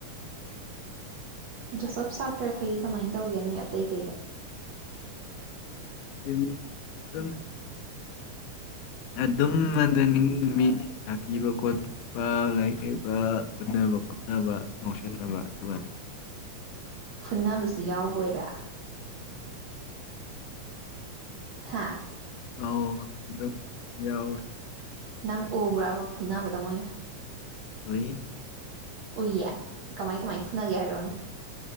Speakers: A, on the right (about 80°); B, on the left (about 80°).
A: ꯖꯣꯁꯞ ꯁꯥꯇ꯭ꯔꯈꯩꯗꯤ ꯀꯃꯥꯏꯅ ꯇꯧꯒꯦ ꯅꯣꯏ ꯑꯇꯩ ꯀꯩꯀꯩ
B: <unintelligible> ꯑꯗꯨꯝ <unintelligible> ꯁꯥꯥꯊꯤꯕ ꯈꯣꯠꯄ ꯂꯥꯏꯔꯤꯛ ꯍꯩꯕ ꯐꯨꯅꯕꯥ ꯈꯣꯠꯅꯕ ꯉꯥꯎꯁꯤꯟꯅꯕ ꯑꯗꯨ
A: ꯐꯨꯟꯅꯕꯖꯨ ꯌꯥꯎꯕꯣꯏꯔꯦ ꯍꯥꯥ
B: ꯑꯥꯎ ꯑꯗꯨꯝ ꯌꯥꯎꯋꯦ
A: ꯅꯪ ꯎꯕ꯭ꯔꯥꯕ ꯐꯨꯅꯥꯕꯗꯣ ꯃꯣꯏꯅ
B: <inaudible>
A: ꯎꯏꯌꯦ ꯀꯃꯥꯏ ꯀꯃꯥꯏ ꯐꯨꯅꯒꯦ ꯍꯥꯏꯔꯛꯑꯣꯅꯦ